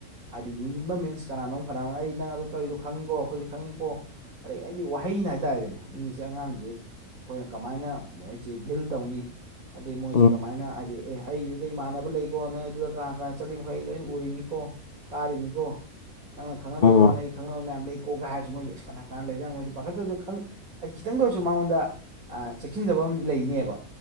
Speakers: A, on the right; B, on the left.
A: ꯍꯥꯏꯗꯤ ꯌꯦꯡꯁꯤꯟꯕ ꯃꯤꯟꯁ ꯀꯅꯥꯅꯣ ꯀꯅꯥꯅꯣ ꯑꯩ ꯅꯪ ꯑꯗꯨ ꯇꯧꯔꯤꯗꯣꯪꯉꯤꯣ ꯑꯩꯈꯣꯏꯁꯨ ꯈꯪꯉꯤꯀꯣ ꯑꯗꯩ ꯑꯩꯗꯤ ꯋꯥꯍꯩꯅ ꯍꯥꯏꯇꯥꯔꯦꯅꯦ ꯃꯤꯁꯤ ꯑꯉꯥꯡꯁꯤ ꯑꯩꯈꯣꯏꯅ ꯀꯃꯥꯏꯅ ꯃꯣꯏꯁꯤ ꯗꯤꯜ ꯇꯧꯅꯤ ꯑꯗꯩ
B: ꯎꯝ
A: ꯃꯣꯏꯁꯤ ꯀꯃꯥꯏꯅ ꯍꯥꯏꯗꯤ ꯑꯦ ꯑꯩꯗ ꯏꯃꯥꯟꯅꯕ ꯂꯩꯀꯣ ꯅꯣꯏ ꯑꯗꯨꯗ ꯀꯅꯥ ꯀꯅꯥ ꯆꯠꯂꯤ ꯃꯈꯩ ꯑꯩ ꯂꯣꯏ ꯎꯔꯤꯃꯤꯀꯣ ꯇꯥꯔꯤꯅꯤꯀꯣ ꯅꯪꯅ ꯈꯪꯅꯗꯕ
B: ꯎꯝ ꯎꯝ
A: ꯋꯥꯅꯤ ꯑꯩ ꯈꯪꯅꯕ ꯃꯌꯥꯝ ꯂꯩꯀꯣꯒ ꯍꯥꯏꯔꯁꯨ ꯃꯣꯏꯁꯦ ꯀꯅꯥ ꯀꯅꯥ ꯂꯩꯖꯥꯠꯅꯣ ꯃꯣꯏꯁꯨ ꯄꯥꯈꯠꯇꯕꯁꯨ ꯈ ꯈꯤꯇꯪꯗ ꯑꯣꯏꯔꯁꯨ ꯃꯉꯣꯟꯗ ꯑ ꯆꯦꯛꯁꯤꯟꯖꯕ ꯑꯃꯗꯤ ꯂꯩꯅꯦꯕ